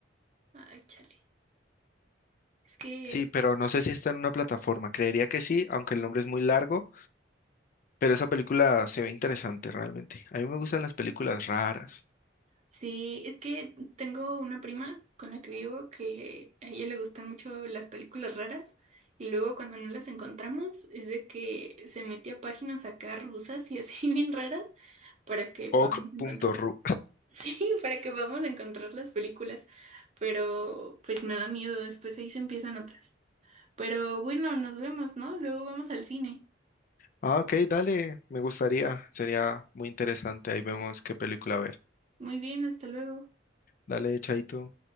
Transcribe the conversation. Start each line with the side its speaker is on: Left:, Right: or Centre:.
Right: Ay, chale. Es que,
Left: Sí, pero no sé si está en una plataforma. Creería que sí, aunque el nombre es muy largo, pero esa película se ve interesante realmente. A mí me gustan las películas raras.
Right: sí, es que tengo una prima con la que vivo que a ella le gustan mucho las películas raras y luego cuando no las encontramos es de que se mete a páginas acá rusas y así <laughs> bien raras para que podamos
Left: Ok.ru.
Right: encontrar, <laughs> sí, para que podamos encontrar las películas, pero pues me da miedo, después ahí se empiezan otras. Pero bueno, nos vemos, ¿no? Luego vamos al cine.
Left: Ah, ok, dale, me gustaría, sería muy interesante. Ahí vemos qué película ver.
Right: Muy bien, hasta luego.
Left: Dale, chaito.